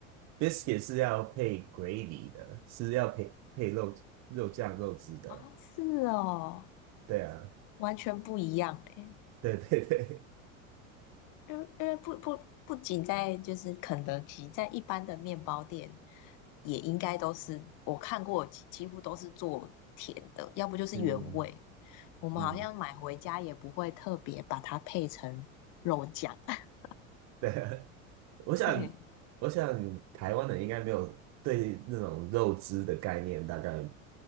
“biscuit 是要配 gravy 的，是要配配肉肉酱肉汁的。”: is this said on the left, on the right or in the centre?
Right